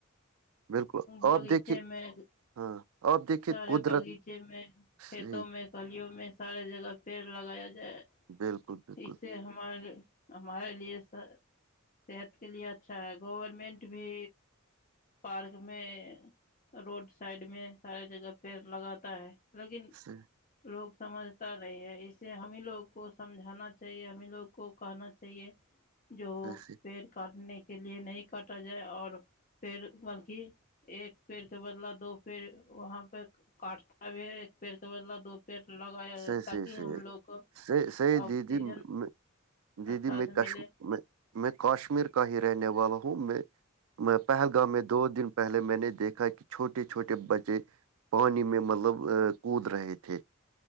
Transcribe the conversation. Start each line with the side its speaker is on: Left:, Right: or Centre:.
Right: بالکل
Left: باغیچے
Right: آپ دیکھیے
Left: میں
Right: ہاں آپ دیکھیے
Left: سارے
Right: قدرت
Left: باغیچے میں کھیتوں
Right: صحیح
Left: میں کالیوں میں سارے جگہ پیڑ لگایا جائے
Right: بالکل بالکل
Left: اسے ہمار ہمارے لیے صحت کے لیے اچھا ہے گورمنٹ بھی پارک میں روڈ سائڈ میں سارے جگہ پیڑ لگاتا ہے لیکن
Right: صحیح
Left: لوگ سمجھتا رہے ہے اسے ہمیں لوگ کو سمجھانا چاہیے ہمیں لوگ کو کہنا چاہیے
Right: <inaudible>
Left: جو
Right: صحیح
Left: پیڑ کاٹنے کے لیے نہیں کاٹا جائے اور پیڑ مطلک ایک پیڑ کے بدلا دو پیڑ وہاں پہ کاٹتا بھی ہے ایک پیڑ کا بدلہ دو پیٹ لگایا
Right: صحیح صحیح
Left: تاکہ
Right: صحیح
Left: ہم لوگ
Right: صحیح صحیح
Left: آکسیجن
Right: دیدی جی
Left: اچھا
Right: جی میں
Left: سے
Right: کاشمیر
Left: ملے
Right: میں کاشمیر کا ہی رہنے والا ہوں میں پہلگام میں دو دن پہلے میں نے دیکھا کہ چھوٹے چھوٹے بچے پانی میں مطلب کود رہے تھے